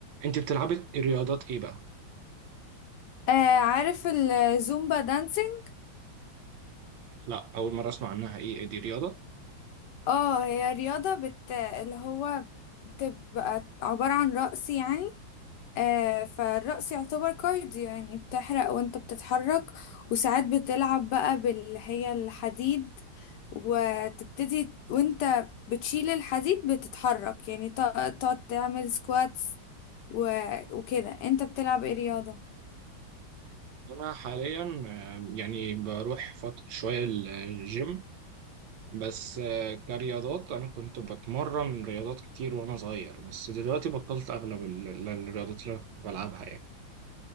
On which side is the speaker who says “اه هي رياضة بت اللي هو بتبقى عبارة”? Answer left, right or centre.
Left